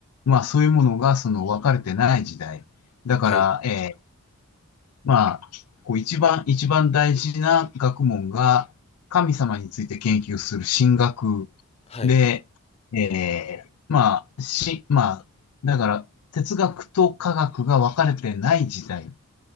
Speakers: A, on the left; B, on the left.
A: まあそういうものがその分かれてない時代。だから、
B: はい。
A: えーまあ、こう一番、一番大事な学問が神様について研究する神学
B: はい。
A: で、えーまあ、し、まあ、だから哲学と科学が分かれてない時代